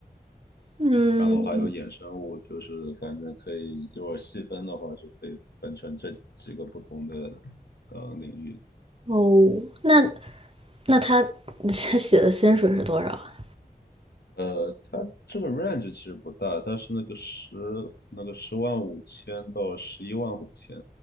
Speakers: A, on the right; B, on the left.
A: 嗯，
B: 然后还有衍生物，就是反正可以，如果细分的话，是可以分成这几个不同的呃领域。
A: 哦，那那他他写的薪水是多少啊
B: 呃，它这个 range 其实不大，它是那个十那个十万五千到十一万五千，